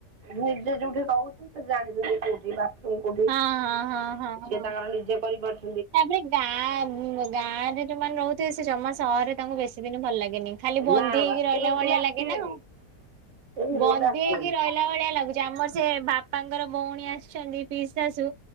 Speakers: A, on the right; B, on the right.
A: ନିଜେ ଯୋଉଠି ରହୁଚୁ ସେ ଜାଣିଛନ୍ତି କୋଉଠି ବା ମୁଁ କୋଉଠି
B: ହଁ ହଁ ହଁ ହଁ
A: ସେ
B: ହଁ
A: ତାଙ୍କର ନିଜେ କରିପାରୁଚ
B: ତାପରେ ଗାଁ ଗାଁରେ ଯଉଁମାନେ ରହୁଥିବ ସେ ଜମା ସହରରେ ତାଙ୍କୁ ବେଶୀ ଦିନ ଭଲ ଲାଗ ଖାଲି ବନ୍ଦୀ
A: ନା
B: ହେଇକି
A: ବା
B: ରହିଲା
A: ସେ ବିଲକୁଲ
B: ଭଳିଆ
A: ଆସିବେନି
B: ଲାଗେ ନା ଆଉ
A: ସେ ବିଲକୁଲ
B: ବନ୍ଦୀ
A: ଆସିବେନି
B: ହେଇକି ରହିଲା ଭଳିଆ ଲାଗୁଚି ଆମର ସେ ବା ବାପାଙ୍କର ଭଉଣୀ ଆସିଚନ୍ତି ପି ଶାଶୁ